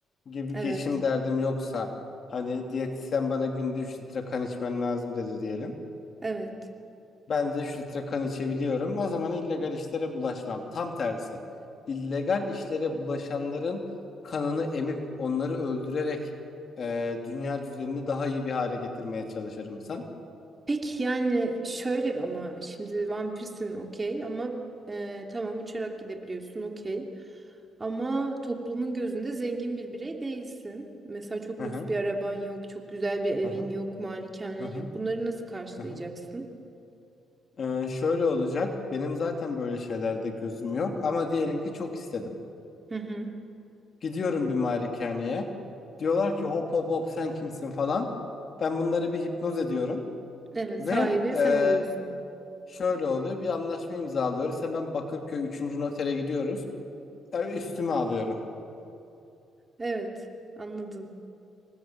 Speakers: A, on the left (about 50°); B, on the right (about 20°).
A: gibi
B: Evet.
A: geçim derdim yoksa hani diyetisyen bana günde 3 litre kan içmen lazım dedi diyelim.
B: Evet.
A: Ben de 3 litre kan içebiliyorum. O zaman illegal işlere bulaşmam. Tam tersi. illegal işlere bulaşanların kanını emip onları öldürerek e, dünya düzenini daha iyi bir hale getirmeye çalışırım sen.
B: Peki yani şöyle bir ama şimdi vampirsin okey ama e, tamam uçarak gidebiliyorsun okey. Ama toplumun gözünde zengin bir birey değilsin. Mesela çok
A: Aha,
B: lüks bir araban yok, çok güzel bir evin
A: aha,
B: yok, malikanen
A: aha,
B: yok. Bunları nasıl karşılayacaksın?
A: aha. Ee, şöyle olacak. Benim zaten böyle şeylerde gözüm yok ama diyelim ki çok istedim.
B: Hı hı.
A: Gidiyorum bir malikaneye. Diyorlar ki hop hop hop sen kimsin falan. Ben bunları bir hipnoz ediyorum
B: Evet,
A: ve
B: sahibi
A: e,
B: sen oluyorsun.
A: şöyle oluyor. Bir anlaşma imzalıyoruz. Hemen Bakırköy üçüncü notere gidiyoruz. Tabii üstüme alıyorum.
B: Evet, anladım.